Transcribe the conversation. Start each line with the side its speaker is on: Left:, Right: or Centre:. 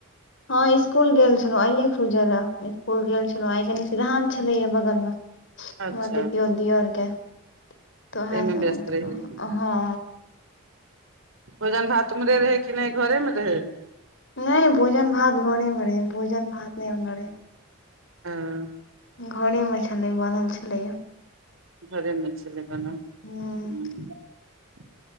Left: ह स्कूल गेल छलो आइ खुलये स्कूल गेल छलो आइ कनी सिद्धं लए अ बगल मे हमर
Right: अच्छा
Left: पीतिओत दिअर के
Right: ताहिमे
Left: तऽ उएह समझलौ
Right: व्यस्त रही
Left: अ हँ
Right: भोजन भात उम्रे रहै कि नय घरेमे रहै
Left: नय भोजन भात घरेमे रहे भोजन भात नहि रहे
Right: ह
Left: घरे मे छलै बनल छलैया
Right: हरी मछली बनाउ
Left: हूँ
Right: <unintelligible>